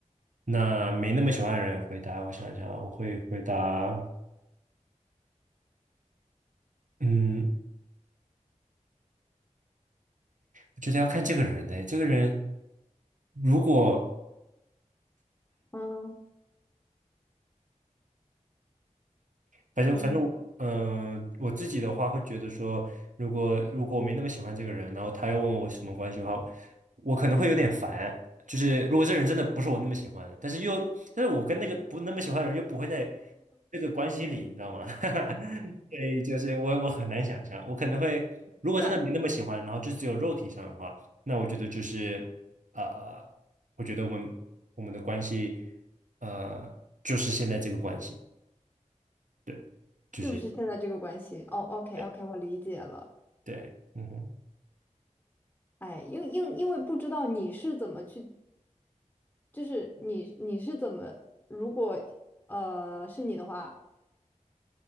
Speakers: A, on the right; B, on the left.
A: 那没那么喜欢的人回答，我想一想，我会回答，嗯，我觉得要看这个人呢、这个人如果
B: 嗯
A: 反正反正我，
B: 嗯，
A: 嗯、我自己的话会觉得说，如果如果我没那么喜欢这个人，然后他又问我什么关系的话，我可能会有点烦。就是如果这个人真的不是我那么喜欢的，但是又，但是我跟那个不那么喜欢的人又不会在这个关系里，你知道吗？<laughs> 所以就是我我很难想象，我可能会如果真的没那么喜欢，
B: 那
A: 然后就只有肉体上的话，那我觉得就是呃，我觉得我们我们的关系呃就是现在这个关系，对，就是。
B: 就是现在这个关系。哦，OK
A: 对
B: OK，我理解了。
A: 对，嗯哼，
B: 哎，因因因为不知道你是怎么去，就是你你是怎么，如果呃是你的话，